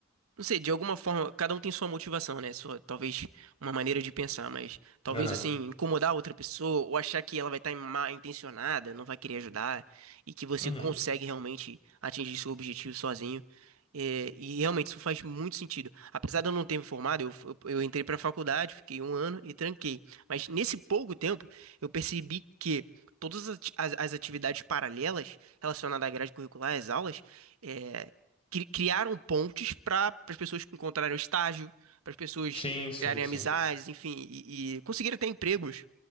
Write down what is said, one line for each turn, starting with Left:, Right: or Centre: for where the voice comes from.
Right: Não sei, de alguma forma, cada um tem sua motivação, né? Sua, talvez uma maneira de pensar, mas talvez
Left: Aham.
Right: assim, incomodar outra pessoa ou achar que ela vai estar mal intencionada, não vai querer ajudar e que você
Left: Uhum.
Right: consegue realmente atingir seu objetivo sozinho. É, e realmente isso faz muito sentido. Apesar de eu não ter me formado, eu, eu, eu entrei para a faculdade, fiquei um ano e tranquei. Mas nesse pouco tempo, eu percebi que todas as, ati- as- as atividades paralelas relacionadas à grade curricular, às aulas, é, cri- criaram pontes para as pessoas encontrarem um estágio, para as pessoas
Left: Sim, sim,
Right: criarem
Left: sim.
Right: amizades, enfim, e, e conseguirem ter empregos